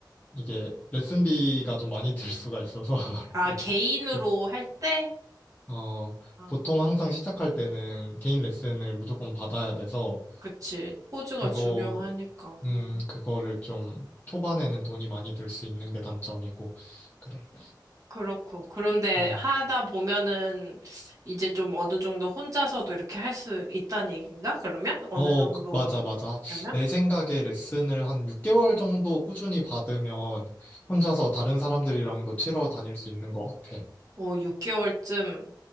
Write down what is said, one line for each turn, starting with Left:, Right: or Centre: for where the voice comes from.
Left: 이게 레슨비가 좀 많이 <laughs> 들 수가 있어서 <laughs>
Right: 아, 개인으로
Left: 그,
Right: 할 때?
Left: 어,
Right: 아,
Left: 보통 항상 시작할 때는 개인 레슨을 무조건 받아야 돼서
Right: 그치. 포즈가
Left: 그거
Right: 중요하니까.
Left: 음,
Right: 음,
Left: 그거를 좀 초반에는 돈이 많이 들 수 있는 게 단점이고. 그래.
Right: 그렇고. 그런데
Left: 음.
Right: 하다 보면은 이제 좀 어느 정도 혼자서도 이렇게 할 수 있다는 얘기인가? 그러면? 어느
Left: 어,
Right: 정도
Left: 그- 맞아, 맞아.
Right: 되면?
Left: 내 생각에 레슨을 한 6개월 정도 꾸준히 받으면 혼자서 다른 사람들이랑도 치러 다닐 수 있는 것 같아.
Right: 어, 6개월쯤,